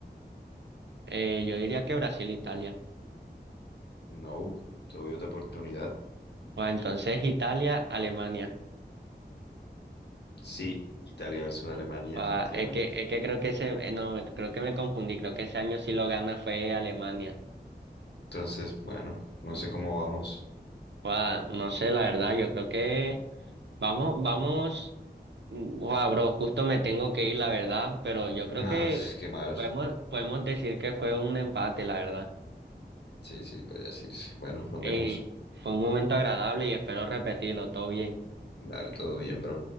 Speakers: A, on the right; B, on the left.
A: Eh, yo diría que Brasil, Italia.
B: No, te doy otra oportunidad.
A: Bueno, entonces Italia, Alemania.
B: Sí, Italia versus Alemania,
A: Ah,
B: efectivamente.
A: es que, es que creo que ese, eh, no, me- creo que me confundí. Creo que ese año sí lo gana fue Alemania.
B: Entonces, bueno, no sé cómo vamos.
A: Ah, no sé, la verdad, yo creo que Vamos, vamos. Wow, bro, justo me tengo que ir, la verdad, pero yo creo
B: Ah,
A: que
B: qué mal.
A: podemos, podemos decir que fue un empate, la verdad.
B: Sí, sí, podría decirse. Bueno, nos
A: Y
B: vemos.
A: fue un momento agradable y espero repetirlo, todo bien.
B: Dale, todo bien, bro.